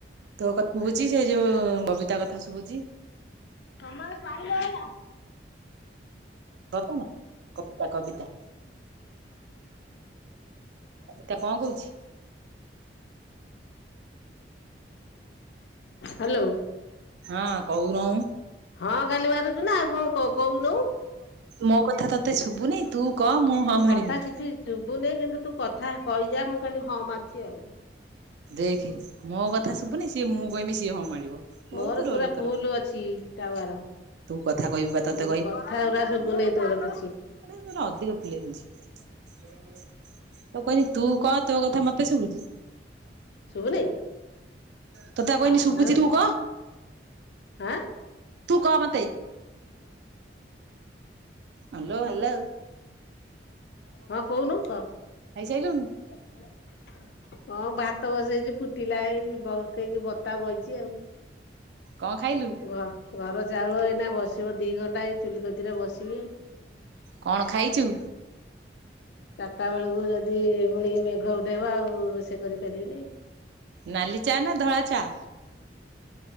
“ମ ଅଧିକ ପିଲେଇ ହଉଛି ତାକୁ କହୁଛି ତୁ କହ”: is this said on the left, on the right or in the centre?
Right